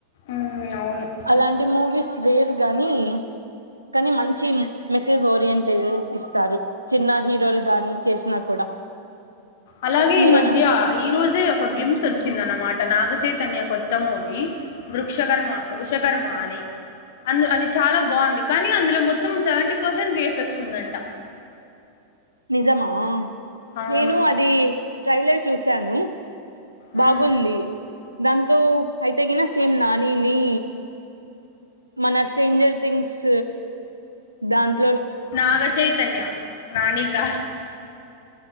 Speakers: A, on the left; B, on the right.
A: ఉమ్ అవును
B: అలాంటి మూవీస్ క్రేజ్ గాని కానీ మంచి మెసేజ్ ఓరియంట్ ఇస్తారు చిన్న హీరోలు గాని చేసినా కూడా
A: అలాగే
B: మీరేమ
A: ఈ మధ్య ఈ రోజే ఒక గ్లింప్స్ వచ్చింది అన్నమాట నాగచైతన్య కొత్త మూవీ వృక్షకర్మ వృషకర్మ అని అందు అది చాలా బాగుంది కానీ అందులో మొత్తం seventy percent V F X ఉందంట
B: నిజమా
A: అవును
B: నేను అది ట్రైలర్ చూశాను బాగుంది
A: మ్,
B: దాంతో అయితేగినా సేమ్ నానిని మన స్ట్రేంజర్ థింగ్స్ దాంతో
A: నాగచైతన్య నాని కాదు